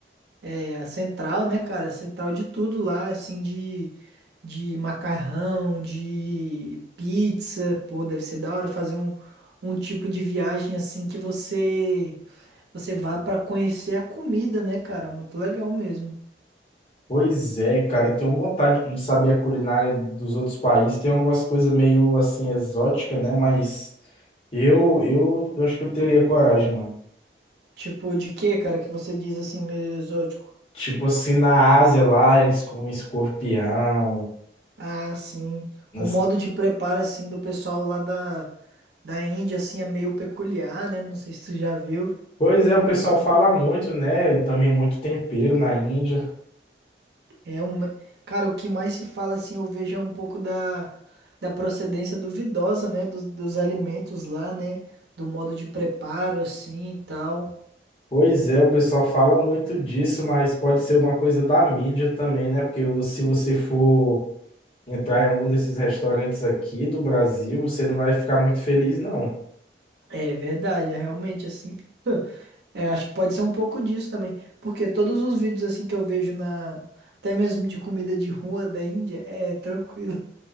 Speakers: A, on the right; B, on the left.
A: É a central, né, cara? A central de tudo lá, assim, de, de macarrão, de pizza. Pô, deve ser da hora fazer um, um tipo de viagem assim que você, você vá pra conhecer a comida, né, cara? Muito legal mesmo.
B: Pois é, cara, eu tenho vontade de saber a culinária dos outros países. Tem algumas coisas meio assim exótica, né? Mas eu, eu, eu acho que eu teria coragem, mano.
A: Tipo, de que, cara, que você diz assim, meio exótico?
B: Tipo assim, na Ásia lá, eles comem escorpião.
A: Ah, sim.
B: nessa-
A: O modo de preparo, assim, do pessoal lá da, da Índia, assim, é meio peculiar, né? Não sei se tu já viu.
B: Pois é, o pessoal fala muito, né? E também muito tempero na Índia.
A: É um... Cara, o que mais se fala, assim, eu vejo é um pouco da, da procedência duvidosa, né? Dos, dos alimentos lá, né? Do modo de preparo, assim, e tal.
B: Pois é, o pessoal fala muito disso, mas pode ser alguma coisa da mídia também, né? Porque se você for entrar em algum desses restaurantes aqui do Brasil, você não vai ficar muito feliz, não.
A: É verdade, é realmente, assim... <clears throat> <laughs> É, acho que pode ser um pouco disso também. Porque todos os vídeos, assim, que eu vejo na... Até mesmo de comida de rua da Índia, é tranquilo,